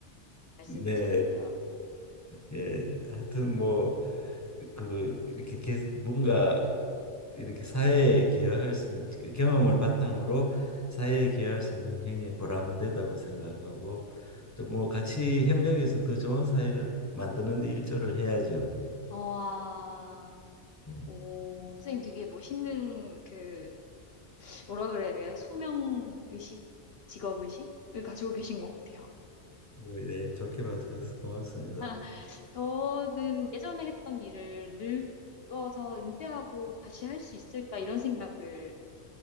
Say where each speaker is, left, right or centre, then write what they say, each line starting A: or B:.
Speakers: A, on the left; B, on the left.
A: 말씀이시잖아요.
B: 네. 예, 하여튼 뭐 그 이렇게 계속 뭔가 이렇게 사회에 기여할 수 있- 그 경험을 바탕으로 사회에 기여할 수 있는 게 굉장히 보람되다고 생각하고 또 뭐 같이 협력해서 더 좋은 사회를 만드는 데 일조를 해야죠.
A: 어, 아,
B: 예.
A: 오, 선생님 되게 멋있는 그 뭐라 그래야 되나? 소명의식? 직업의식을 가지고 계신 것 같아요.
B: 뭐, 예, 좋게 봐주셔서 고맙습니다.
A: <laughs> 저는 예전에 했던 일을 늙어서 은퇴하고 다시 할 수 있을까 이런 생각을